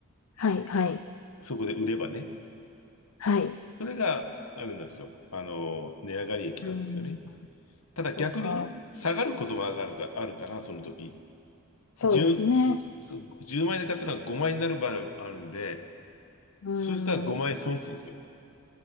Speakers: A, on the left (about 75°); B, on the left (about 85°).
A: はい、はい、
B: そこで売ればね。
A: はい。
B: それが、あれなんですよ。あの、値上がり益なんですよね。
A: うーん、
B: ただ逆に、
A: そっか。
B: 下がることも上がるか、あるから、その時。
A: そうですね。
B: 10、そう1万円で買ったら5万円になる場合があるんで、
A: うー
B: そしたら5万円損するんですよ。
A: ん、